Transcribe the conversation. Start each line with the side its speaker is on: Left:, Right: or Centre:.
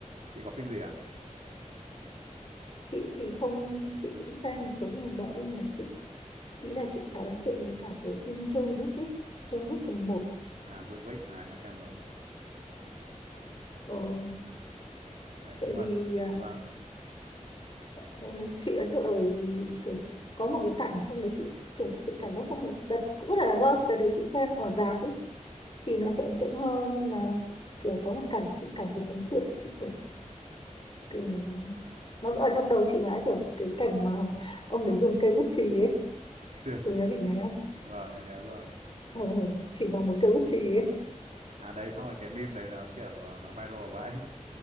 Right: chị có phim gì à
Left: chị thì không chị cũng xem một số phim hành động nhưng mà chị nghĩ là chị khá ấn tượng với cả cái phim John Wick ấy. John Wick phần một
Right: à John Wick à em xem rồi
Left: ờ,
Right: đấy,
Left: tại
Right: nhưng mà
Left: vì
Right: ờ,
Left: à,
Right: vâng
Left: Ừ, chị ấn tượng là bởi vì kiểu có một cái cảnh trong đấy chị kiểu chị cảm giác không đợt cũng có thể là do đợt đấy chị xem ở rạp ấy thì nó sẽ ấn tượng hơn nhưng mà kiểu có một cảnh chị cảm thấy ấn tượng chị kiểu, kiểu nó ở trong đầu chị mãi kiểu cái cảnh mà ông đấy dùng cây bút chì ấy
Right: <laughs>
Left: chú nhớ cảnh đấy không
Right: vâng em nhớ rồi
Left: <laughs> ừ, chỉ bằng một cây bút chì ấy
Right: à đấy xong rồi cái meme đấy nó kiểu nó viral vậy